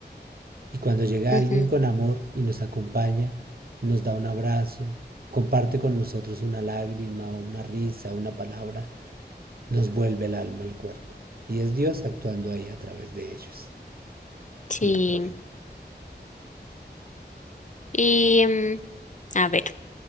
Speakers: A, on the right; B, on the left.
A: Y cuando llega
B: ujú,
A: alguien con amor y nos acompaña, nos da un abrazo, comparte con nosotros una lágrima o una risa, una palabra, nos vuelve el alma al cuerpo. Y es Dios actuando ahí a través de ellos,
B: sí.
A: del prójimo.
B: Y mm, a ver,